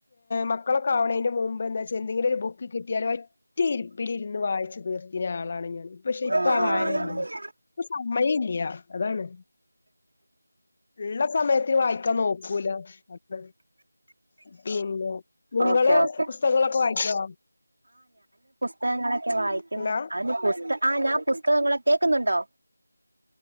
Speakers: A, on the left (about 30°); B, on the right (about 70°).
A: മക്കളൊക്കെ ആവണേന്റെ മുമ്പ് ന്നേ എന്തെങ്കിലും ഒരു ബുക്ക് കിട്ടിയാലും ഒറ്റി ഇരിപ്പിൽ ഇരുന്ന് വായിച്ചത് തീർത്തീന്ന ആളാണ് ഞാൻ ഇപ്പ പക്ഷെ
B: ആഹ്
A: ഇപ്പ ആ
B: ആഹ്
A: വായനല്ല ഇപ്പൊ സമയം ഇല്ലയാ അതാണ് ഉള്ള സമയത്ത് വായിക്കാൻ നോക്കും കൂല അപ്പ പിന്നെ നിങ്ങള്
B: ഓക്കെ ഓക്കെ
A: പുസ്തകങ്ങളൊക്കെ വായിക്കോ?
B: തകങ്ങളോ ക്കെ വായിക്കും
A: ഹലോ
B: അതിന് പുസ് ഇപ്പോ നിങ്ങള് കേക്കുന്നുണ്ടോ